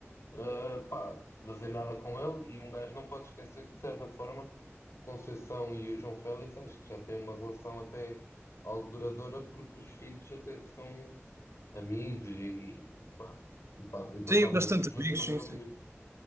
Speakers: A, on the left (about 70°); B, on the right (about 65°).
A: ah, pá, fazer nada com ele. E um gajo não pode esquecer que, de certa forma, o Conceição e o João Félix acho que já têm uma relação até algo duradoura, porque os filhos até são amigos e, pá, e, pa- e passavam
B: Tenho bastante
A: tempo juntos
B: amigos,
A: quando eram miúdos.
B: sim.